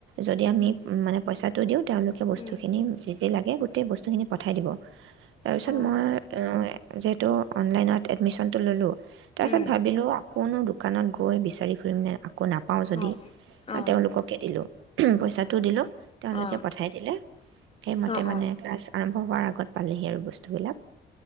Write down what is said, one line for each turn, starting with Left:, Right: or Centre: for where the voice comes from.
Right: যদি আমি
Left: উম
Right: মানে পইচা, টো, দিও, - তেওঁলোকে বস্তুখিনি
Left: উম
Right: যি', - যি', লাগ, এ ', গোটেই বস্তুখিনি, - পঠাই দিব, তাৰপিছত
Left: অ
Right: মই, যিহেতু, অনলাইনত এডমিশনটো ল'লোঁ। তাৰ পিছত
Left: উম
Right: ভাবিলো, আকৌনো দু, দোকানত গৈ', বিচাৰি ফুৰিমনে আকৌ, একৌ নাপাওঁ যদি,
Left: অ অ অ
Right: তেওঁলোককে দিলোঁ, পইচাটো দিলোঁ, তেওঁলোকে
Left: অ
Right: পঠাই দিলে। সেইমতে
Left: অ
Right: মানে
Left: অ
Right: ক্লাছ আৰম্ভ হোৱাৰ আগত পালেহি আৰু বস্তুবিলাক।